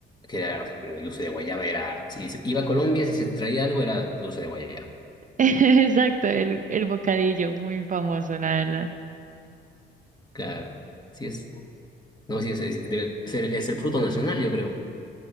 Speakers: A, on the left (about 20°); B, on the right (about 40°).
A: que era eh, dulce de guayaba, era, si se- iba a Colombia, si se traía algo, era dulce de guayaba.
B: <laughs> Exacto, el, el bocadillo, muy famoso, la verdad.
A: Claro. Sí, es. No, sí, es, es- debe ser, es el fruto nacional, yo creo.